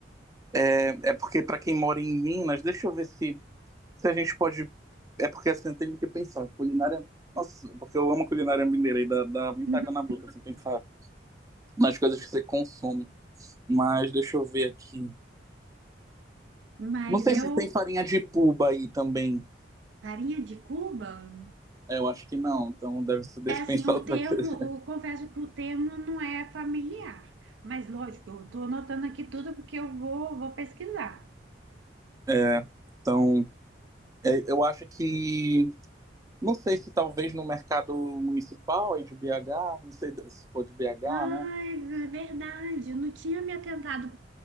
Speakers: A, on the right; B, on the right.
A: É, é porque, para quem mora em Minas, deixa eu ver se, se a gente pode. É porque, assim, eu tenho que pensar. Culinária. Nossa, porque eu amo culinária mineira e dá, dá muita
B: <laughs>
A: água na boca, se eu pensar nas coisas que você consome. Mas deixa eu ver aqui.
B: Mas
A: Não sei
B: eu,
A: se tem farinha de puba aí também.
B: farinha de Cuba?
A: É, eu acho que não, então deve ser, deixa
B: É assim,
A: eu pensar
B: o
A: outra
B: termo,
A: coisa.
B: O confesso que o termo não é familiar. Mas lógico, eu estou anotando aqui tudo porque eu vou, vou pesquisar.
A: É, então, é, eu acho que, não sei se talvez no mercado municipal aí de BH, não sei se for de BH,
B: Ai,
A: né?
B: é verdade. Eu não tinha me atentado